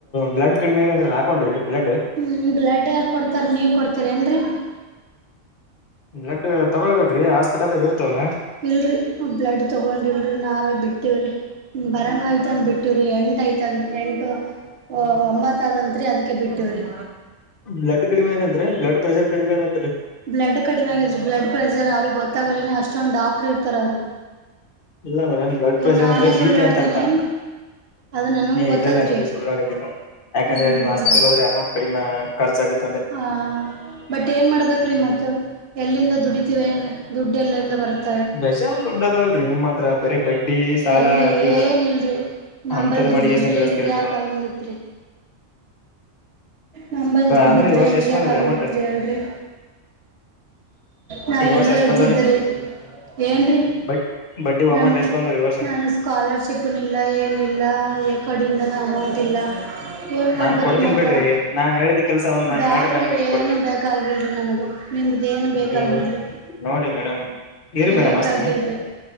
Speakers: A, on the left; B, on the right.
A: ಬ್ಲಡ್ ಕಡಿಮೆ ಇದೆ ಅಂದ್ರ ಹಾಕೊಂಡ್ರಿ ಬ್ಲಡ್
B: ಹ್ಮ ಬ್ಲಡ್ ಯಾರು ಕೊಡ್ತಾರ ನೀವು ಕೊಡ್ತೀರಿ ಏನ್ರರಿ
A: ಬ್ಲಡ್ ತಗೊಳ್ಬೇಕ್ರಿ ಹಾಸ್ಪಿಟಲ್ದಾಗ ಇರ್ತವಲ್ಲಾ
B: ಇಲ್ರರಿ ಬ್ಲಡ್ ತಗೊಂಡಿಲ್ರಿ ನಾವೇ ಬಿಟ್ಟವ್ರಿ ಬರಂಗಯ್ತನ್ ಬಿಟ್ಟಿವವ್ರಿ <unintelligible> ಎಂತ ಐತ್ ಎಂಟು ಒಂಬತ್ತ ಆದಂತ್ರಿ ಅದಿಕ್ಕೆ ಬಿಟ್ಟವ್ರಿ
A: ಬ್ಲಡ್ ಕಡಿಮೆ ಇದಂತ್ರಿ ಬ್ಲಡ್ ಪ್ರೆಷರ್ ಕಡಿಮೆ ಇದೆಂತ್ರಿ
B: ಬ್ಲಡ್ ಕಡಿಮೆ ಆಗಿದರು ಬ್ಲಡ್ ಪ್ರೆಷರ್ ಅವ್ರ ಗೊತ್ತಾಗಲೇನ ಅಷ್ಟೊಂದು ಡಾಕ್ಟ್ರರ್ ಇರ್ತಾರ ಅವ್ರು
A: ಇಲ್ಲ ಮೇಡಮ್ ಬ್ಲಡ್
B: ಏ
A: ಪ್ರೆಷರ್
B: ನಾನೇ
A: ಅಂದ್ರೆ
B: ಸುಳ್ಳಾಡ್ತೀನಿ
A: ಬಿ ಪಿ ಅಂತರ್ಥ
B: ಅದು ನನಂಗೆ
A: ಏ
B: ಗೊತ್ತತ್ರಿ
A: ಇಲ್ಲಲ್ಲ ನೀವು ಸುಳ್ಳಾಡಿ ಯಾಕಂದ್ರೆ
B: ಹ್ಮ್
A: ನೀವು ಹಾಸ್ಪಿಟಲ್ಗೆ ಹೋದ್ರೆ ಅಮೌಂಟ್ ಕಡಿಮೆ ಖರ್ಚ್ ಆಗುತ್
B: ಹ ಬಟ್ ಏನ್ ಮಾಡ್ಬೇಕ್ ರೀ ಮತ್ತೆ ಎಲ್ಲಿಂದ ದುಡಿ ದುಡ್ಡು ಎಲ್ಲರಿಂದ ಬರುತ್ತೆ
A: ಬಸಾನ್ ದುಡ್ಡ ಅದಾವಲ್ರಿ ನಿಮ್ ಮಾತ್ರ ಬರೀ ಬಟ್ಟೆ ಅಡ್ಡಿ ಸಾಲ
B: ಎಲ್ಲಿ
A: ಅದು
B: ಏನಿಲ್ರಿ ನಂಬಲ್
A: ಹಂತದು
B: ದುಡ್ಡಿದ್ರಿ
A: ಮಾಡಿ ಸಂಗ್ರಹಿಸ್ತಾಯಿರೋದು
B: ಹಿಂಗ್ಯಾಕ ಆಗಂಗತ್ರಿ ನಂಬಲ್ ದುಡ್ಬಿದ್ರ
A: ಅಂದ್ರೆ ಈ ವರ್ಷ
B: ಹೆಂಗ್ಯಾಕಂಗಿತ್ರಿ
A: ಎಷ್ಟ್ ಬಂದವ್ರಿ ಅಮೌಂಟ್
B: ಹೇಳ್ರಿ ನಾ
A: ಈ ವರ್ಷ
B: ಎಲ್ಲೋ
A: ಎಷ್ಟ್
B: ಇಳ್ತಿದ್ದರಿ
A: ಬಂದವ್ರಿ
B: ಏನ್ರರಿ
A: ಬಟ್ ಬಡ್ಡಿ
B: ನಾನು
A: ಅಮೌಂಟ್ ಎಷ್ಟ್ ಬಂದವ್ರಿ ಈ ವರ್ಷ
B: ನಾನು ಸ್ಕಾಲರ್ಶಿಪ್ನ ಇಲ್ಲ ಏನಿಲ್ಲ ಕಡಿಂದನ ಅಮೌಂಟ್ ಇಲ್ಲ ಏನು ಮಾಡ್ಬೇಕ್ರೀ
A: ನಾನ್ ಕೊಡ್ತೀನ್
B: ಮತ್ತ
A: ಬಿಡ್ರಿ ನಾನ್ ಹೇಳಿದ ಕೆಲ್ಸ ಒಂದ್ ನಂಗ್
B: ಬ್ಯಾಡ್ರಿ
A: ಮಾಡ್ರಿ ನಾನ್ ನಿಮ್ಗ್
B: ಏನು
A: ಕೊಡ್ತೀನಿ
B: ಬೇಕಾಗಿಲ್ರಿ ನನಗ ನಿಮ್ದೇಏನ್ ಬೇಕಾಗಿಲ್ರಿ
A: ನೀವು ನೋಡಿ ಮೇಡಮ್ ಇರಿ
B: ಬೇಕಾಗಿಲ್ರಿ
A: ಮೇಡಮ್ ಹಸ್ತೀನಿ